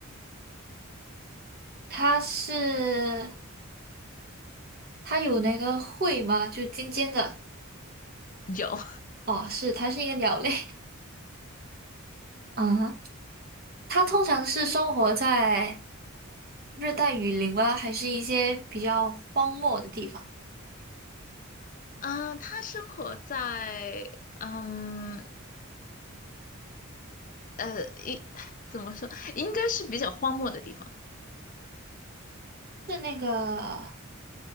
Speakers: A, on the right (about 45°); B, on the left (about 40°).
A: 它是它有那个喙吗？就尖尖的。
B: 有，
A: 哦，是，它是一个鸟类 <laughs> 啊。它通常是生活在热带雨林吗？还是一些比较荒漠的地方？
B: 嗯、它生活在嗯呃一 <sighs> 怎么说，应该是比较荒漠的地方。
A: 是那个。